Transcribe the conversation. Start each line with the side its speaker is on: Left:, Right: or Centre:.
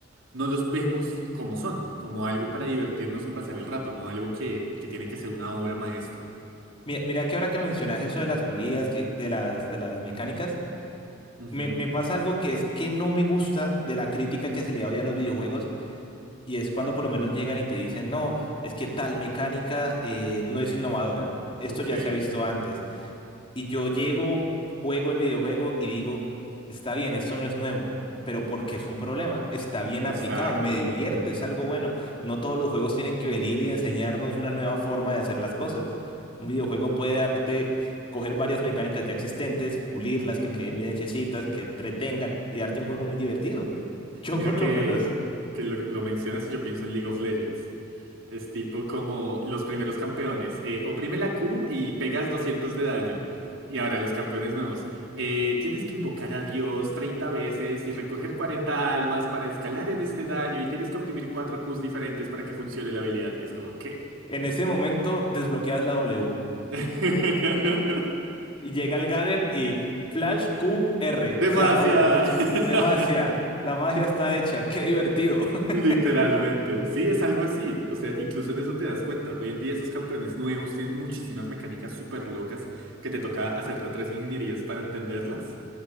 Right: no los vemos como son, como algo para divertirnos y pasar el rato, no algo que, que tiene que ser una obra maestra.
Left: Mira, mira que ahora que mencionas eso de las pulidas, que, de las, de las mecánicas,
Right: Ujú,
Left: me, me pasa algo que es que no me gusta de la crítica que se le da hoy a los videojuegos, y es cuando por lo menos llegan y te dicen, no, es que tal mecánica eh, no es innovadora. Esto
Right: Ok,
Left: ya se ha visto antes. Y yo llego, juego el videojuego y digo, está bien, esto no es nuevo, pero porque es un problema, está bien
Right: exacto.
Left: aplicado, me divierte, es algo bueno. No todos los juegos tienen que venir y enseñarnos una nueva forma de hacer las cosas. Un videojuego puede darte, coger varias mecánicas ya existentes, pulirlas,
Right: Ujú.
Left: que queden bien hechecitas, que entretengan y darte un juego muy divertido. <laughs> Yo
Right: Mira
Left: por
Right: que,
Left: lo menos
Right: que lo, lo mencionas y yo pienso en League of Legends. Es tipo como los primeros campeones. Eh, oprime la Q y pegas 200 de daño. Y ahora los campeones nuevos. Eh, tienes que invocar a Dios 30 veces y recoger 40 almas para escalar en este daño y tienes que oprimir 4 Qs diferentes para que funcione la habilidad. Y es como, ¿qué?
Left: en ese momento desbloqueas la W
Right: <laughs>
Left: y llega el Garen y Flash Q R
Right: Demasiada.
Left: se acabó.
Right: <laughs>
Left: Demacia, la magia está hecha, qué divertido.
Right: Literalmente.
Left: <laughs>
Right: Sí, es algo así. O sea, incluso en eso te das cuenta. Hoy en día esos campeones nuevos tienen muchísimas mecánicas súper locas que te toca hacerte tres ingenierías para entenderlas.